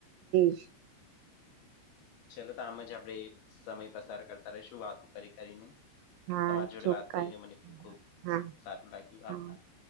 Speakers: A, on the right; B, on the left.
A: શ
B: ચાલલો તો આમ જ આપડે સમય પસાર કરતા રશું વાતો કરી કરીને
A: હા
B: તમારી જોડે
A: ચોક્કસ
B: વાત કરીને મને ખ ખબ
A: હા
B: સારું લાગ્યું
A: હા
B: આભ